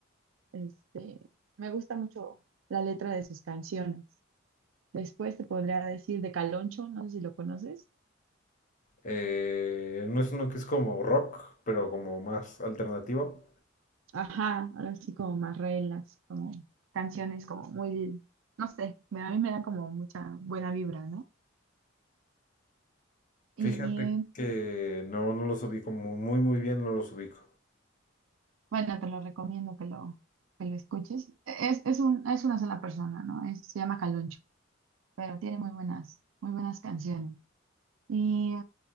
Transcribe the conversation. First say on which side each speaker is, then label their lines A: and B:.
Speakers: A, on the right; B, on the left.
A: este, me gusta mucho la letra de sus canciones. Después te podría decir de Caloncho, no sé si lo conoces.
B: Eh, no es uno que es como rock, pero como más alternativo.
A: Ajá, ahora sí como más relax, como canciones como muy, no sé, me- a mí me da como mucha buena vibra, ¿no? Y
B: Fíjate que no, no los ubico muy, muy muy bien, no los ubico.
A: Bueno, te lo recomiendo que lo, que lo escuches. Es, es un, es una sola persona, ¿no? Es- se llama Caloncho, pero tiene muy buenas, muy buenas canciones. Y